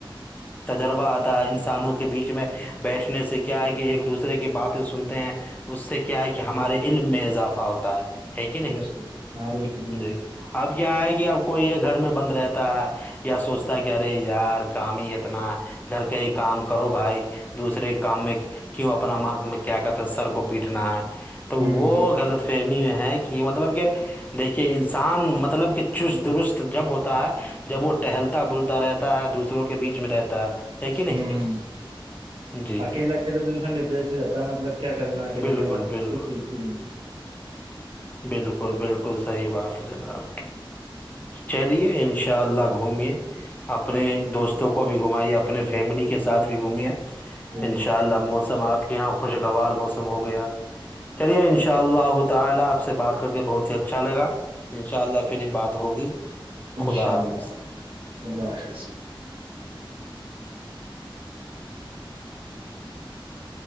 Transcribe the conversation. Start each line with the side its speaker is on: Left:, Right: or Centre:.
Left: تجربہ آتا ہے انسانوں کے بیچ میں بیٹھنے سے کیا ہے کہ ایک دوسرے کی بات سنتے ہیں اس سے کیا ہے کہ ہمارے علم میں اضافہ ہوتا ہےک نہیں
Right: بے شک ہاں بالکل بالکل
Left: اب کیا ہے کہ اب کوئی یہ گھر میں بند رہتا ہے یا سوچتا ہے کہ ارے یار کام ہی اتنا گھر کا ہی کام کرو بھائی دوسرے کے کام میں کیوں اپنا کیا کہتے سر کو پیٹنا ہے تو وہ
Right: ہ ہ
Left: غلط فہمی میں ہے کہ مطلب کہ دیکھیے انسان مطلب کہ چست درست جب ہوتا ہے جب وہ ٹہلتا بولتا رہتا ہے دوسروں کے بیچ میں رہتا ہے ہے کہ نہیں
Right: ہوں
Left: جی
Right: اکیلا پھر تو انسان ڈپریس ہو جاتا ہے مطلب کیا کرنا ہے کیا
Left: بالکل
Right: نہیں کرنا اس
Left: بالکل
Right: کھ سوچتی نہیں ہے
Left: بالکل بالکل صحی بات جناب چلیے ان شاء اللہ گھومے آپ اپنے دوستوں کو بھی گھمائیے اپنے فیملی کے ساتھ بھی گھومے
Right: ہ
Left: ان شاء اللہ موسم آپ کے یہاں خوشگوار موسم ہو گیا چلیے ان شاءلہ ان شاء اللہ تعالی آپ سے بات کر کے بہت ہی اچھا لگا ان شاء اللہ پھر یہ بات ہوگی
Right: انشاء
Left: خدا حافظ
Right: اللہ اللہ حافظ